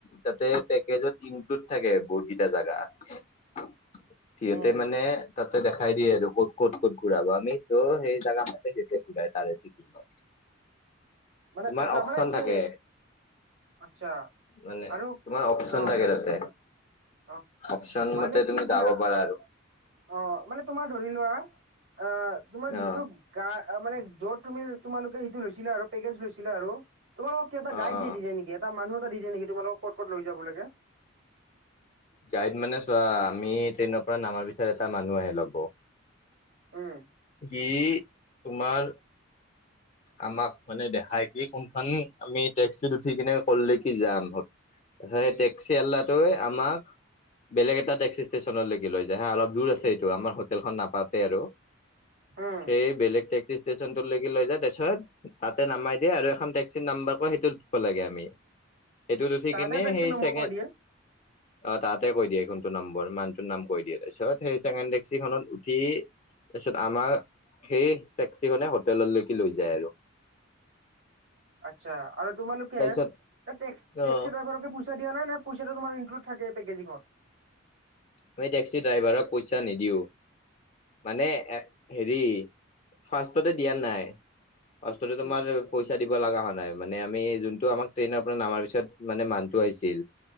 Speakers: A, on the left; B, on the right.
A: তাতে পেকেজত ইনক্লুড থাকে বহুত কেইটা জা। <unintelligible>
B: <unintelligible>
A: সিহঁতে
B: উম
A: মানে তাতে দেখাই দিয়ে আৰু ক'ত-ক'ত-ক'ত ঘূৰাব আমিতো সেই জেগা মাতে যে ঘূৰাই তাৰে ছিকিমত
B: <inaudible> মানে
A: তোমাৰ
B: আচ্ছা
A: অপচন
B: মানে কি
A: থাকে।
B: আচ্ছা
A: মানে
B: আৰু
A: তোমাৰ অপচন
B: অ
A: থাকে তাতে।
B: অ
A: অপচন
B: মানে
A: মতে
B: কি
A: তুমি
B: শুনা
A: যাব পাৰা আৰু।
B: অ মানে তোমাৰ ধৰি লোৱা অ তোমাৰ যিটো
A: অ
B: গা - অ মানে য'ত তুমি তোমালোকে সেইটো লৈছিলা আৰু পেকেজ লৈছিলা আৰু তোমালোকক কি এটা
A: অ
B: গাইড
A: অ
B: দি দিয়ে নেকি এটা মানুহ এটা দি দিয়ে নেকি তোমালোকক ক'ত-ক'ত লৈ যাব লাগে।
A: গাইড মানে চোৱা আমি ট্ৰেইনৰ পৰা নামাৰ পিছত এটা মানুহ আহে ল'ব।
B: উম
A: সি তোমাৰ।
B: <inaudible>
A: আমাক মানে দেখাই কি কোনখন আমি টেক্সিত উঠি কিনে কৰ লৈকে যাম। সেই টেক্সি আলাটোৱে আমাক। বেলেগ এটা টেক্সি ষ্টেচনলৈকে লৈ যায় হা অলপ দূৰ আছে এইটো আমাৰ হোটেলখন নাপাওঁতে আৰু।
B: উম
A: সেই বেলেগ টেক্সি ষ্টেশচনত লৈকে লৈ যায় তাৰপিছত তাতে নামাই দিয়ে আৰু এখন টেক্সি নাম্বাৰ কয় সেইটো উঠিব লাগে আমি। সেইটোত উঠি
B: তাহাঁতে
A: কিনে
B: টেক্সি
A: সেই
B: নম্বৰ
A: চেছেণ্ড
B: কৈ দিয়ে
A: অ তাতে কৈ দিয়ে কোন নম্বৰ মানুহটোৰ নাম কৈ দিয়ে তাৰপিছত সেই ছেকেণ্ড টেক্সিখনত উঠি তাৰপিছত আমাৰ সেই টেক্সিখনে হোটেললৈকে লৈ যায় আৰু।
B: আচ্ছা আৰু তোমালোকে
A: তাৰপিছত
B: তাত টেক্সি
A: অ
B: ড্ৰাইভাৰ পু পইচা দিয়া নাই নে পইচাটো তোমাৰ ইনকুড থাকে পেকেজিঙত।
A: আমি টেক্সি ড্ৰাইভাৰক পইচা নিদিওঁ। মানে এ হেৰি ফাৰ্ষ্টতে দিয়া নাই। ফাৰ্ষ্টতে
B: উম,
A: তোমাৰ পইচা দিব লগা হোৱা নাই। নাই মানে আমি যোনটো আমাক ট্ৰেইনৰ পৰা নামাৰ পিছত মানে মানুহটো আহিছিল।